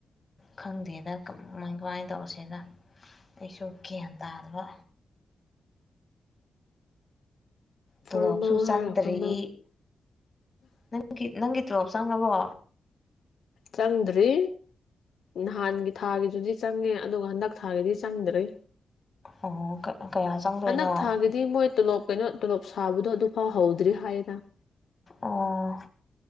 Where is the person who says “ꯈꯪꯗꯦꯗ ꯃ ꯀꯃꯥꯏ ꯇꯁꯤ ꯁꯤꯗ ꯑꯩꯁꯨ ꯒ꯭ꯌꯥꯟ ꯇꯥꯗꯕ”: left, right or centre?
Left